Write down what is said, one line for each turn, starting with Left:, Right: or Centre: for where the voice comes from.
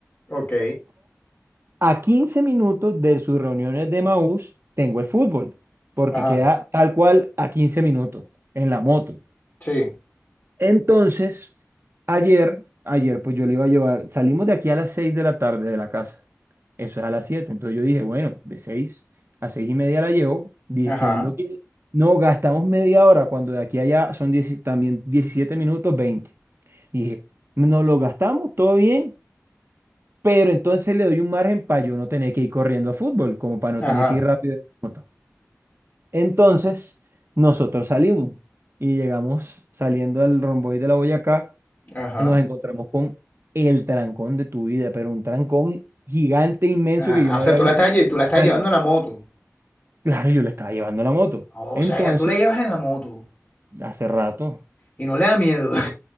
Left: Ok.
Right: A 15 minutos de sus reuniones de Maús tengo el fútbol, porque
Left: Ajá,
Right: queda tal cual a 15 minutos en la moto.
Left: sí.
Right: Entonces, ayer, ayer pues yo le iba a llevar, salimos de aquí a las 6 de la tarde de la casa, eso es a las 7. entonces yo dije, bueno, de 6 a 6 y media la llevo, diciendo
Left: Ajá,
Right: que no, gastamos media hora, cuando de aquí a allá son 10 también 17 minutos 20. Y dije, no lo gastamos, todo bien, pero entonces le doy un margen para yo no tener que ir corriendo a fútbol, como para no
Left: ajá,
Right: tener que ir rápido en la moto. Entonces, nosotros salimos y llegamos saliendo al romboide de la Boyacá,
Left: ajá,
Right: nos encontramos con el trancón de tu vida, pero un trancón gigante, inmenso
Left: ajá.
Right: que yo
Left: Ah,
Right: no
Left: O sea,
Right: había
Left: tú
Right: visto
Left: la estás, lle- tú la
Right: en
Left: estás
Right: años.
Left: llevando en la moto.
Right: Claro, yo le estaba llevando la moto.
Left: O
Right: Entonces,
Left: sea, ya tú la llevas en la moto
Right: hace rato.
Left: y no le da miedo. <laughs>